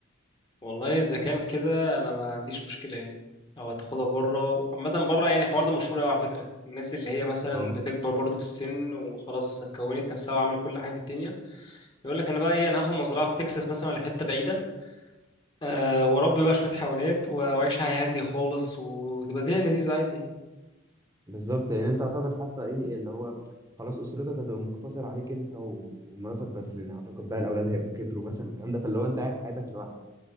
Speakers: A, on the left; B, on the right.
A: والله اذا كان كده انا ما عنديش مشكله يعني او هتاخدها بره عامه بره يعني الحوار ده مشهور قوي على فكره الناس اللي هي مثلا
B: اه
A: بتكبر برضو في السن وخلاص كونت نفسها وعملت كل حاجه في الدنيا يقول لك انا بقى ايه انا هاخد مزرعه في تكساس مثلا ولا في حته بعيده أه واربي بقى شويه حيوانات و- واعيش حياه هاديه خالص وتبقى الدنيا لذيذه عادي يعني.
B: بالظبط لان انت اعتقد حتى ايه اللي هو خلاص اسرتك هتبقى مقتصر عليك انت و- ومراتك بس لان اعتقد بقى الاولاد هيبقوا كبروا مثلا والكلام ده فاللي هو انت قاعد حياتك لوحدك